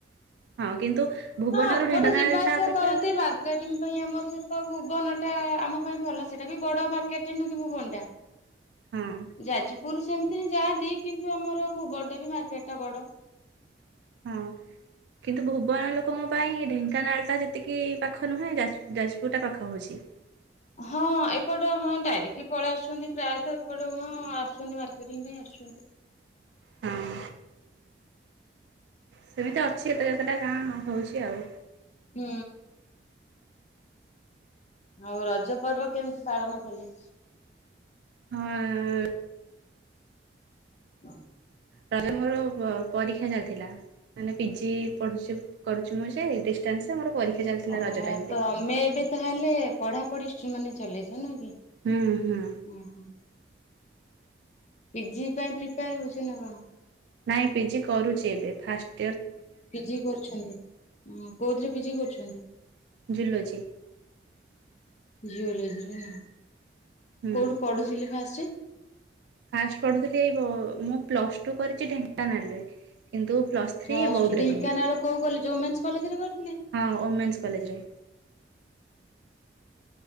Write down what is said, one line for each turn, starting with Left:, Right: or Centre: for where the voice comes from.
Right: ହଁ କିନ୍ତୁ ଭୁବନରୁ
Left: ହ ଏପଟେ
Right: ଢେଙ୍କାନାଳ
Left: ଯିବା
Right: ଟା
Left: ଆସିବା
Right: ଅପେକ୍ଷା
Left: କରନ୍ତି ମାର୍କେଟିଂ ପାଇଁ ଆମର ତ ଭୁବନଟା ଆମ ପାଇଁ ଭଲ ସେଇଟା ବି ବଡ ମାର୍କେଟରେ ନୁହଁ କି ଭୁବନ ଟା।
Right: ହଁ
Left: ଯାଜ ପୁରୁ ସେମିତି ଯାଆନ୍ତି କିନ୍ତୁ ଆମର ଭୁବନ ଟା ବି ମାର୍କେଟ ଟା ବଡ।
Right: ହଁ। କିନ୍ତୁ ଭୁବନ ଲୋକଙ୍କ ପାଇଁ ଢେଙ୍କାନାଳ ଟା ଯେତିକି ପାଖ ନୁହେଁ। ଯାହା ଯାଜପୁର ଟା ପାଖ ହଉଛି। ହଁ
Left: ହଁ ଏପଟ ହଁ ଡାଇରେକ୍ଟଲି ପଳେଇ ଆସୁଛନ୍ତି ପ୍ରାୟ ତ ଏପଟ ହଁ ଆସୁଛନ୍ତି ମାର୍କେଟିଂ ପାଇଁ ଆସୁ ଛନ୍ତି।
Right: ହଁ ସେମିତି ଅଛି ଏତ କେତେଟା ଗାଁ ହଉଛି ଆଉ।
Left: ହୁଁ। ଆଉ ରଜ ପର୍ବ କେମିତି ପାଳନ କଲେ?
Right: ହଁ।
Left: ହଁ
Right: ରଜ ମୋର ପରୀକ୍ଷା ଚାଲିଥିଲା ମାନେ ପିଜି ପଢୁଛି କରୁଛି ମୁଁ। ଡିାନ୍ସରେ ମୋର ପରୀକ୍ଷା ଚାଲିଥିଲା ରଜ
Left: ଓହୋ
Right: ଟାଇମରେ।
Left: ତ ଆମେ ଏବେ ତାହେଲେ ପଢାପଢି ମାନେ ଚଲେଇଛ ନୁହଁ କି?
Right: ହୁଁ ହୁଁ।
Left: ଉଁ ହୁଁ ପିଜି ପାଇଁ ପ୍ରିପେୟାର ହଉଛି ନା କଣ?
Right: ନାଇଁ ପିଜି କରୁଛି ଏବେ ଫାଷ୍ଟ୍
Left: ପିଜି କରୁଛନ୍ତି କୋଉଥିରେ ପିଜି କରୁଛନ୍ତି?
Right: ଜୁଲୋଜୀ।
Left: ଯୁଲଜି ନା
Right: ହୁଁ।
Left: କୋଉଠୁ ପଢୁଥିଲି ଫାଷ୍ଟେ?
Right: ଫାଷ୍ଟ ପଢୁଥିଲି ଏଇ ମୁଁ ପ୍ଲସ ଟୁ କରିଛି ଢେଙ୍କାନାଳରେ କିନ୍ତୁ ପ୍ଲସ୍ ଥ୍ରୀ
Left: ପ୍ଲଷ୍ଟୁ
Right: ବୌଦ୍ଧରେ
Left: ଢେଙ୍କାନାଳ
Right: କଲି
Left: କୋଉ କଲେଜ ଓମେନ୍ସ କଲେଜରେ କରି
Right: ହଁ ଓମେନ୍ସ କଲେଜରେ।